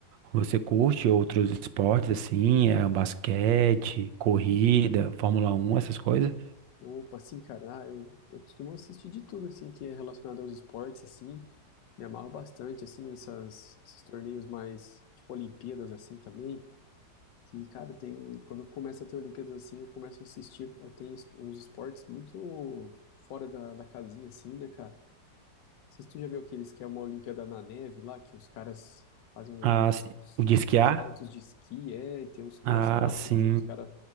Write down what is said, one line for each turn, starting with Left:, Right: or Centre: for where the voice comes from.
Right: você curte outros esportes assim, é, basquete, corrida, Fórmula um, essas coisas?
Left: Opa, assim, cara, ah, eu, eu costumo assistir de tudo assim que é relacionado aos esportes assim, me amarro bastante assim essas esses torneios mais tipo Olimpíadas assim também. Que, cara, tem. Quando começa a ter Olimpíadas assim, eu começo a assistir. eh, Tem es- uns esportes muito fora da, da casinha, assim, né, cara? Não sei se tu já viu aqueles que é uma Olimpíada na neve lá, que os caras fazem um-
Right: Ah, sim.
Left: uns,
Right: o de esquiar?
Left: uns saltos de esqui, é, e tem uns cross-country,
Right: Ah, sim.
Left: assim, que os caras